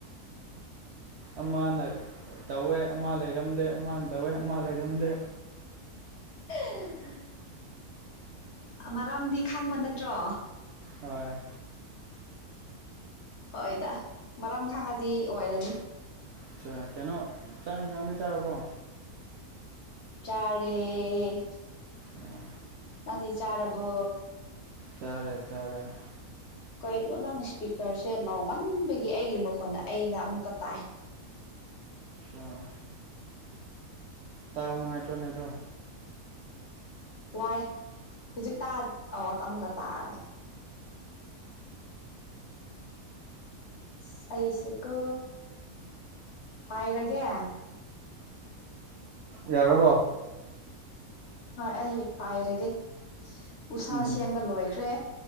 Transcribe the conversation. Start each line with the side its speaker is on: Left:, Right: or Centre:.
Right: ꯑꯃꯅ ꯇꯧꯋꯦ ꯑꯃ ꯂꯩꯔꯝꯗꯦ ꯑꯃꯅ ꯇꯧꯋꯦ ꯑꯃ ꯂꯩꯔꯝꯗꯦ
Left: ꯎꯝ ꯎꯝ꯫ <inaudible> ꯃꯔꯥꯝꯗꯤ ꯈꯪꯕ ꯅꯠꯇ꯭ꯔꯣ
Right: ꯍꯣꯏ
Left: ꯍꯣꯏꯗ ꯃꯔꯝ ꯈꯥꯡꯉꯗꯤ ꯑꯣꯏꯔꯅꯤ
Right: ꯑꯆꯥ ꯀꯩꯅꯣ ꯆꯥꯛ ꯌꯦꯟꯁꯥꯡꯗꯤ ꯆꯥꯔꯕꯣ
Left: ꯆꯥꯔꯦ
Right: ꯎꯝ
Left: ꯅꯪꯗꯤ ꯆꯥꯔꯕꯣ꯫
Right: ꯆꯥꯔꯦ ꯆꯥꯔꯦ꯫
Left: ꯀꯩꯅꯣ ꯅꯪ ꯏꯁꯄꯤꯀꯔꯁꯦ ꯂꯥꯎꯃꯟꯕꯒꯤ ꯑꯩꯒꯤ ꯃꯈꯣꯟ ꯑꯩꯅ ꯑꯃꯨꯛꯀ ꯇꯥꯥꯏ꯫
Right: ꯑꯥ ꯇꯥꯎꯕ ꯅꯨꯡꯉꯥꯏꯇ꯭ꯔꯣꯅꯦꯗꯣ꯫
Left: ꯋꯥꯏ ꯍꯧꯖꯤꯛꯇ ꯑꯣ ꯑꯃꯨꯛꯀ ꯇꯥꯔꯦ꯫ ꯑꯁ ꯑꯩꯁꯦꯀꯣ ꯄꯥꯏꯔꯒꯦ꯫
Right: ꯌꯥꯔꯕꯣ
Left: ꯍꯣꯏ ꯑꯩ ꯄꯥꯏꯔꯒꯦ ꯎꯁꯥ
Right: ꯎꯝ
Left: ꯁꯦꯝꯕ ꯂꯣꯏꯈ꯭ꯔꯦ